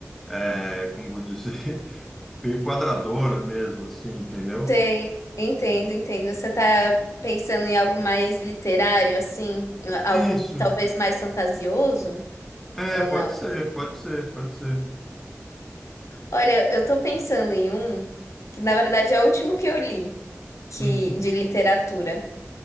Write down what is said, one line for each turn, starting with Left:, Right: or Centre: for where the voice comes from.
Centre: é, como vou dizer, <laughs> meio quadradona mesmo, assim, entendeu?
Left: sei. Entendo, entendo. Você está pensando em algo mais literário, assim? Algo
Centre: Isso.
Left: talvez mais fantasioso
Centre: É,
Left: ou
Centre: pode
Left: não?
Centre: ser, pode ser, pode ser.
Left: Olha, eu estou pensando em um que, na verdade, é o último que eu li que,
Centre: Uhum.
Left: de literatura,